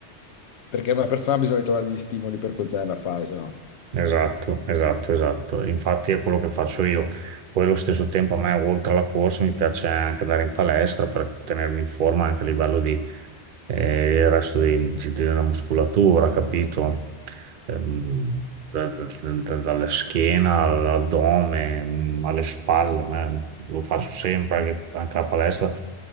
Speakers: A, on the left (about 80°); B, on the right (about 55°).
A: Perché una persona ha bisogno di trovare gli stimoli per continuare a fare, se no,
B: Esatto, esatto, esatto. Infatti è quello che faccio io. Poi allo stesso tempo a me, oltre alla corsa, mi piace anche andare in palestra per tenermi in forma anche a livello di eh, il resto dei- di- della muscolatura, capito? Ehm, da- da- da- dalla schiena all'addome, mm, alle spalle, a me lo faccio sempre anche, anche la palestra